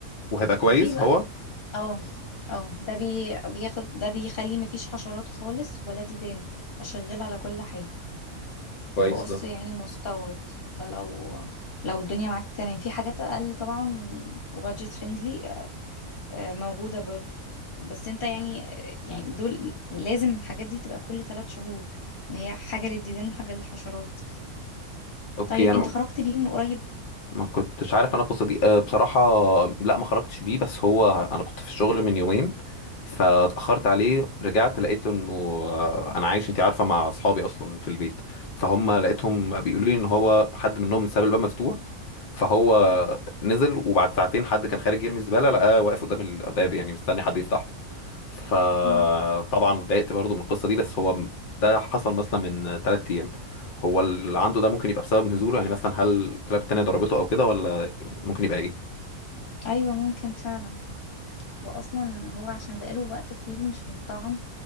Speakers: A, on the left (about 70°); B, on the left (about 45°).
A: وهيبقى كويس
B: وفي بقى
A: هو
B: اه اه ده بي بياخد ده بيخلي مفيش حشرات خالص ولا ديدان شغال على كل حاجة
A: كويس
B: وقرص
A: ده
B: يعني مستورد ده لو لو الدنيا معاك تمام في حاجات أقل طبعا وبادجت فريندلي آه، موجودة برضو بس انت يعني يعني دول لازم الحاجات دي تبقى كل ثلاث شهور ان هي حاجة للديدان وحاجة للحشرات
A: اوكي
B: طيب
A: انا
B: انت خرجت بيه من قريب
A: ما كنتش عارف انا القصه دي آه، بصراحه لا ما خرجتش بيه بس هو انا كنت في الشغل من يومين فاتاخرت عليه رجعت لقيت انه آه، انا عايش انت عارفه مع اصحابي اصلا في البيت فهم لقيتهم بيقولوا
B: مم.
A: لي ان هو حد منهم ساب الباب مفتوح فهو نزل وبعد ساعتين حد كان خارج يرمي الزباله لقاه واقف قدام الباب يعني مستني حد يفتحه فطبعا
B: مم.
A: اتضايقت برضه من القصه دي بس هو ده حصل مثلا من ثلاث ايام هو اللي عنده ده ممكن يبقى بسبب نزوله يعني مثلا هل كلاب تانية ضربته او كده ولا ممكن يبقى ايه
B: ايوه ممكن فعلا واصلا هو عشان بقاله وقت طويل مش متطعم